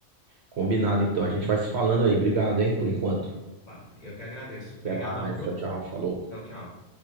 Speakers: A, on the right; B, on the left.
A: Combinado, então. A gente vai se falando aí. Obrigado, hein, por enquanto.
B: Opa, eu que agradeço. Obrigadão,
A: Até mais.
B: viu?
A: Tchau, tchau. Falou.
B: Tchau, tchau.